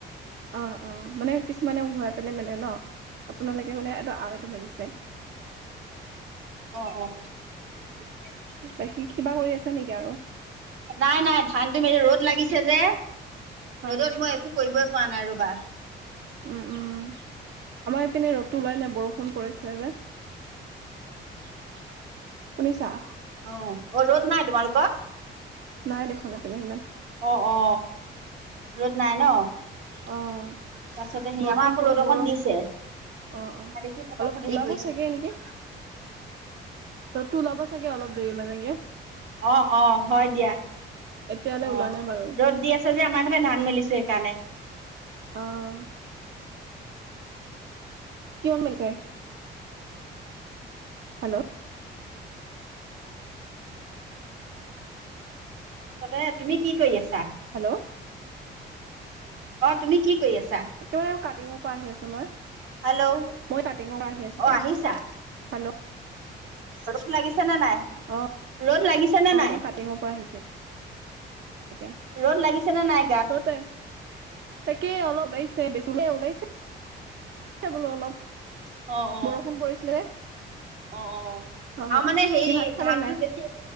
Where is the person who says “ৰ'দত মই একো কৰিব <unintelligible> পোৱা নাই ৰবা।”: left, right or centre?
Right